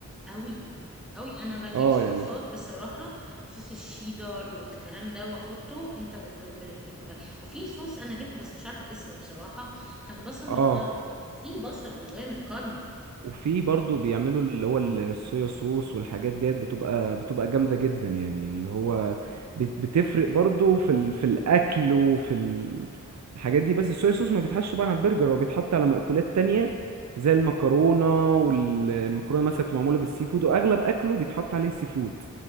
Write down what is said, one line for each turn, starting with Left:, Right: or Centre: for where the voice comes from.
Centre: قوي قوي انا بجيب
Right: اه
Centre: صوصات
Right: يعني
Centre: بصراحة صوص الشيدر والكلام ده واحطه انت بت... بتبقى وفي صوص انا جبته بس مش عارفة اسمه بصراحة كان بصل
Right: اه
Centre: متكرمل وفي بصل جواه متكرمل
Right: وفي برضو بيعملوا اللي هو ال- الصويا صوص والحاجات ديت بتبقى بتبقى جامدة جدا يعني اللي هو بت- بتفرق برضو في ال... في الأكل وفي ال... الحاجات دي بس الصويا صوص ما بيتحطش طبعا على البرجر هو بيتحط على مأكولات تانية زي المكرونة والمكرونة مثلا بتبقى معمولة بالسي فود وأغلب أكله بيتحط عليه السي فود